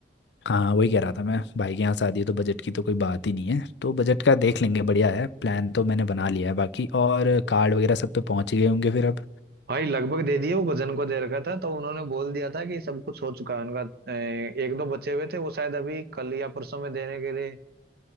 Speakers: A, on the left (about 75°); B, on the right (about 60°).
A: हाँ वही कह रहा था मैं भाई के यहाँ शादी है तो बजट की तो कोई बात ही नहीं है तो बजट का देख लेंगे बढ़िया है प्लान तो मैंने बना लिया है बाकी और कार्ड वगैरह सब पे पहुँच ही गए होंगे फिर अब
B: भाई लगभग दे दिए वो गजन को दे रखा था तो उन्होंने बोल दिया था कि सब कुछ हो चुका है उनका अ, एक दो बचे हुए थे वो शायद अभी कल या परसों में देने के लिए